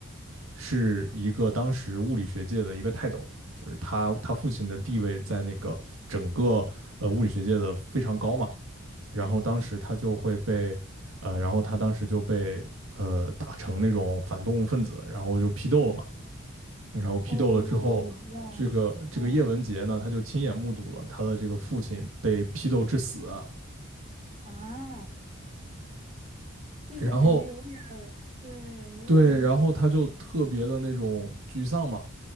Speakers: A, on the right (about 85°); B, on the right (about 35°).
A: 是一个当时物理学界的一个泰斗，就是她她父亲的地位在那个整个呃物理学界的非常高嘛。然后当时他就会被，呃，然后他当时就被呃打成那种反动分子，然后就批斗了嘛。然后批斗了之后，
B: 哦，我知道哦，
A: 这个这个叶文洁呢，他就亲眼目睹了他的这个父亲被批斗致死啊。
B: 啊，这个感觉有点儿，
A: 然后
B: 对，有点儿那个
A: 对，然后他就特别的那种沮丧嘛，